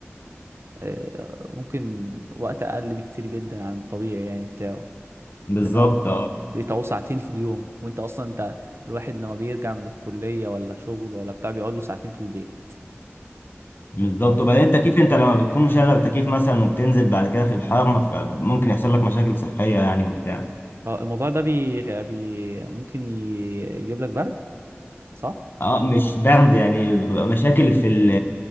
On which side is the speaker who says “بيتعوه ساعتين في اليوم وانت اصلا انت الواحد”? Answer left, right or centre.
Right